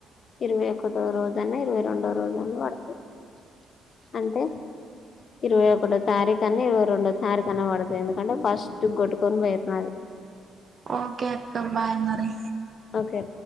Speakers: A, on the left; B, on the right.
A: ఇరవై ఒకటో రోజన్న ఇరవై రెండో రోజన్న పడుతది అంటే ఇరవై ఒకటో తారీఖు అన్నా ఇరవై రెండో తారీఖు అన్నా పడుతది ఎందుకంటే ఫస్ట్ కొట్టుకొని పోయినాది
B: ఓకే అక్క బాయ్ మరి
A: ఓకే